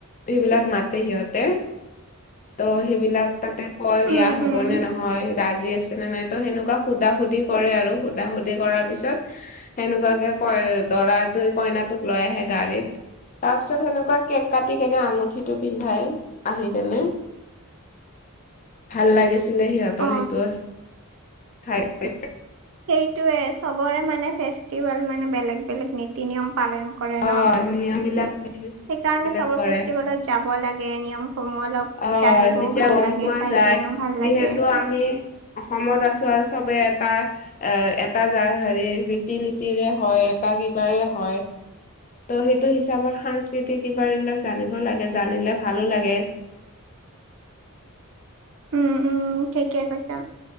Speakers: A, on the left; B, on the right.
A: সেইবিলাক মাতে সিহঁতে। ত' সেইবিলাক তাতে কয় বিয়া
B: উম
A: হ'ব
B: উম
A: নে নহয় ৰাজি আছে নে নাই ত' সেনেকুৱা সোধা সুধি কৰে আৰু, সোধা সুধি কৰাৰ পিছত সেনেকুৱাকে কই দৰাতোৱে কইনাটোক লৈ আহে গাড়ীত তাৰ পিছত সেনেকুৱা কেক কাটি কেনে আঙুঠিটো পিন্ধাই আহি কেনে। ভাল লাগিছিল ন সিহঁতৰ
B: অ
A: সেইটো চাই।
B: সেইটোয়ে চবৰে মানে ফেষ্টিভেল। মানে বেলেগ বেলেগ নীতি নিয়ম পালন কৰে
A: অ
B: ন।
A: নিয়ম বিলাক বেছি বেছি
B: সেইকাৰণে
A: বেলেগ বেলেগ
B: চব
A: কৰে
B: ফেষ্টিভেলত যাব লাগে, নিয়মসমূহ অলপ
A: অ'
B: জানিবও
A: তেতিয়া
B: ভাল
A: গ'ম
B: লাগে
A: পোৱা
B: চাই
A: যায়।
B: কেনেও ভাল
A: যিহেতু
B: লাগে
A: আমি অসমত আছোঁ আৰু চবে এটা এ, এটা য হেৰি ৰীতি নীতিৰে হয় এটা কিবাৰে হয়, ত' সেইটো হিচাপত সাংস্কৃতিক কিবাৰ এইবিলাক জানিব লাগে জানিলে ভালো লাগে।
B: উম, উম, ঠিকে কৈছা